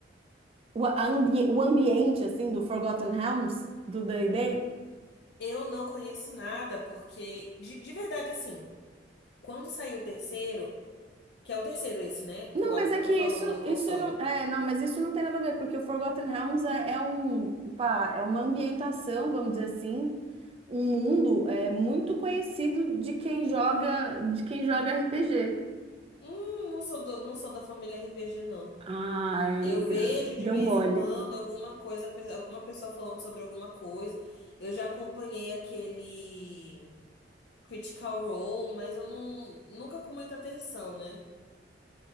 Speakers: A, on the right; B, on the left.
A: o, a ambi- o ambiente assim do Forgotten Realms do D&D?
B: Eu não conheço nada, porque, de, de verdade, assim, quando saiu o terceiro. Que é o terceiro esse, né? Que
A: Não,
B: eu acho
A: mas
B: que
A: é
B: eu
A: que
B: tô falando
A: isso
B: do console.
A: isso não é não, mas isso não tem nada a ver porque o Forgotten Realms é, é um pá, é uma ambientação, vamos dizer assim, um mundo é muito conhecido de quem joga de quem joga RPG.
B: Hum, não sou do- não sou da família RPG, não.
A: Ai,
B: Eu
A: amiga,
B: vejo
A: deu
B: de vez
A: mole.
B: em quando alguma coisa, pe- alguma pessoa falando sobre alguma coisa. Eu já acompanhei aquele Critical Role, mas eu não, nunca com muita atenção, né?